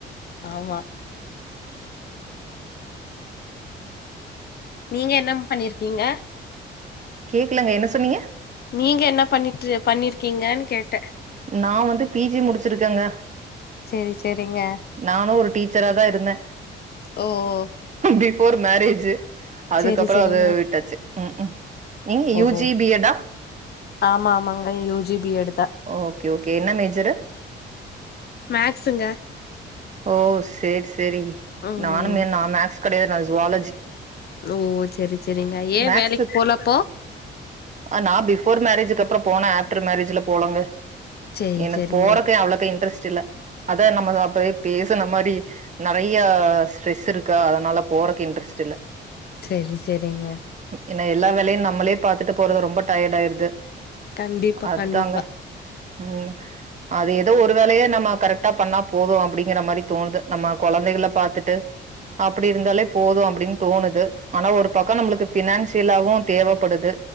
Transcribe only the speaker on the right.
கேக்லங்க என்ன சொன்னீங்க
நா வந்து பி ஜி முடிச்சிருக்கங்க
நானு ஒரு டீச்சரா தா இருந்த
பிஃபோர் மேரேஜ் அதுக்கப்புற
அத விட்டாச்சு ம் ம் நீங்க யூ
ஜி பி எடா
ஓகே ஓகே என்ன மேஜரு
ஓ சேரி சேரி
நானுமே நா மேக்ஸ் கெடையாது நா ஜுவாலஜி
மேக்ஸு
நா பிஃபோர் மேரேஜுக்கு அப்றோ போன ஆஃப்டர் மேரஜ்ல போலங்க
எனக்கு
போறக்கு அவ்ளக்கா இன்ட்ரெஸ்ட் இல்ல அதா நம்ம அப்பதே பேசுன மாரி நெறையா ஸ்ட்ரெஸ் இருக்கா அதனால போறக்கே இன்ட்ரெஸ்ட் இல்ல
ஏனா எல்லா வேலையு நம்மளே பாத்துட்டு போறது ரொம்ப டயடு ஆயிருது
அதாங்க
ம் அது ஏதோ ஒரு வேலையே நம்ம கரெக்டா பண்ணா போது அப்டிங்கிற மாரி தோணுது நம்ம கொழந்தைகள பாத்துட்டு அப்டி இருந்தாலே போது அப்டின் தோணுது ஆனா ஒரு பக்கோ நம்மளுக்கு ஃபினான்சியலாவு தேவப்படுது